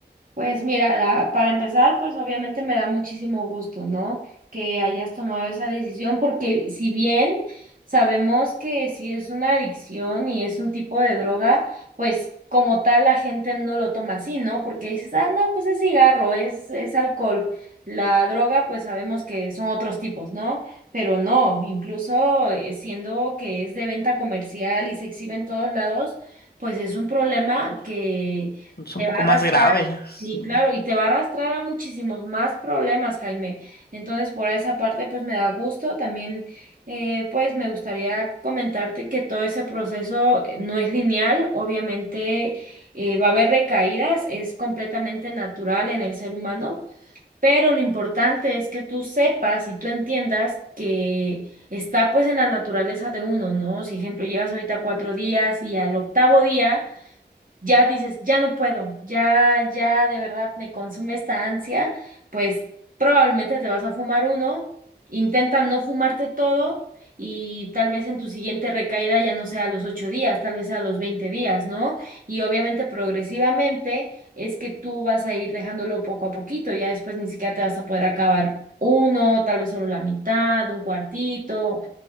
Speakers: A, on the right; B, on the left.
A: Pues mira, la- para empezar, pues obviamente me da muchísimo gusto, ¿no? Que hayas tomado esa decisión, porque si bien sabemos que si es una adicción y es un tipo de droga, pues como tal la gente no lo toma así, ¿no? Porque dices, ah, no, pues es cigarro, es, es alcohol. La droga, pues sabemos que son otros tipos, ¿no? Pero no, incluso eh, siendo que es de venta comercial y se exhibe en todos lados, pues es un problema que...
B: Es
A: Te
B: un poco
A: va a arrastrar
B: más grave,
A: Sí,
B: sí.
A: claro, y te va a arrastrar a muchísimos más problemas, Jaime. Entonces, por esa parte, pues me da gusto. También, eh, pues me gustaría comentarte que todo ese proceso eh, no es lineal. Obviamente, eh, va a haber recaídas, es completamente natural en el ser humano, pero lo importante es que tú sepas y tú entiendas que está pues en la naturaleza de uno, ¿no? Si, ejemplo, llevas ahorita cuatro días y al octavo día ya dices, ya no puedo, ya, ya de verdad me consume esta ansia, pues probablemente te vas a fumar uno, intenta no fumarte todo y tal vez en tu siguiente recaída ya no sea a los ocho días, tal vez sea a los 20 días, ¿no? Y obviamente progresivamente es que tú vas a ir dejándolo poco a poquito, ya después ni siquiera te vas a poder acabar uno, tal vez solo la mitad, un cuartito,